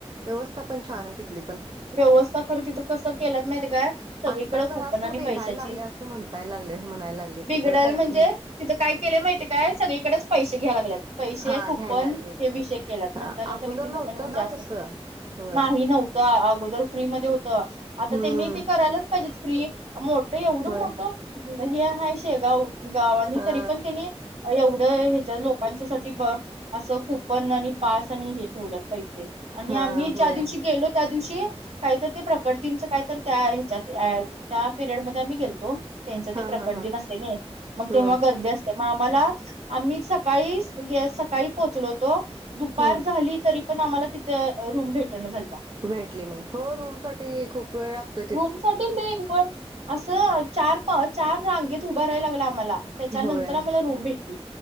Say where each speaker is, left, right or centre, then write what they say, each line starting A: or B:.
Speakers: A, on the right; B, on the right.
A: व्यवस्था पण छान आहे तिथली पण.
B: व्यवस्था खरं तिथं कसं केलंत माहित काय. सगळीकड
A: आत्ता जरा
B: कूपन
A: असं
B: आणि
A: बिघडायला
B: पैशाची
A: लागले असं म्हणताय लागले म्हणायला लागले
B: बिघडाल
A: ते जरा टाइम
B: म्हणजे. तिथं काय केले माहितीय काय सगळीकडेच पैसे घ्याय लागत. पैसे
A: हा
B: खूप
A: घ्यायला
B: पण
A: लागलेत
B: हे विषय केल्यात
A: हा
B: म्हणता न
A: अगोदर
B: त तिथं
A: नव्हतं
B: पण
A: ना
B: जास्त.
A: तसं होय.
B: नाही नव्हतं अगोदर फ्री मध्ये होत आता
A: हम्म
B: त्यांनी ते करायलाच पाहिजेत फ्री मो''--'' तर एवढं
A: होय
B: मोठं हे आहेाय शेगाव गावानी
A: हा
B: तरी पण त्यांनी. अ एवढं ह्याच्या लोकांच्यासाठी बघ, असं कूपन आणि पास आणि हे ठेवल्यात पैसे. आणि
A: हा
B: आम्ही
A: होय
B: ज्यादिवशी गेलो त्यादिवशी, काहीतर ते प्रकट दिनच काहीतर त्या च्यात आ त्या पिरियड मध्ये आम्ही गेलतो, त्यांचं
A: हा
B: ते प्रकट
A: हा हा
B: दिन असतंय नाय, मग
A: हम्म
B: तेव्हा गर्दी अस त्या मामाला, आम्ही सकाळी गे सकाळी पोहोचलो होतो, दुपार
A: हम्म
B: झाली तरी पण आम्हाला तिथं अ रूम भेटना झालत्या.
A: भेटली नाही, हो रूमसाठी खूप वेळ लागतोय.
B: रूमसाठी नाही, मग असं चार पा चार रांगेत उभं राहायला लागलं आम्हाला. त्याच्यानंतर
A: होय
B: आम्हाला रूम भेटली,